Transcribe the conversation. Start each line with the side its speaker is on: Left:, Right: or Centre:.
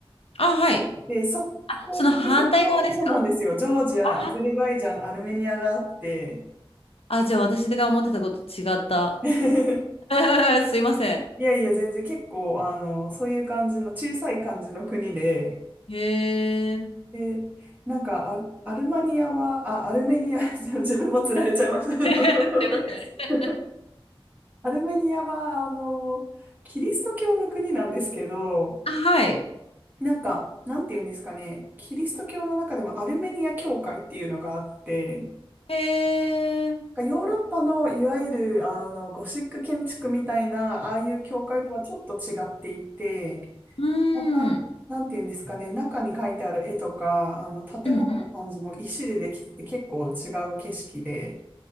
Left: あ、はい。
Right: てあって、そこを越えると、
Left: あ、その反対側ですか。
Right: そうなんですよ。ジョージア、
Left: あ
Right: アゼルバイジャン、アルメニアがあって、
Left: あ、じゃあ私が思ってたこと違った。
Right: <laughs>
Left: <laughs> すいません。
Right: いやいや、全然結構、あの、そういう感じの小さい感じの国で、
Left: へえ。
Right: で、なんかア、アルマニアは、あ、アルメニア、<laughs> 自分もつられちゃいました。
Left: <laughs> すいません。
Right: <laughs> アルメニアは、あの、キリスト教の国なんですけど、
Left: あ、はい。
Right: なんか、なんて言うんですかね、キリスト教の中でもアルメニア教会っていうのがあって、
Left: へえ。う
Right: なんかヨーロッパのいわゆる、あの、ゴシック建築みたいな、ああいう教会とはちょっと違っていて、
Left: ー
Right: また、
Left: ん。
Right: なんていうんですかね、中に描いてある絵とか、あの、建物の感じも石でできてて結構違う景色で、
Left: うんうん。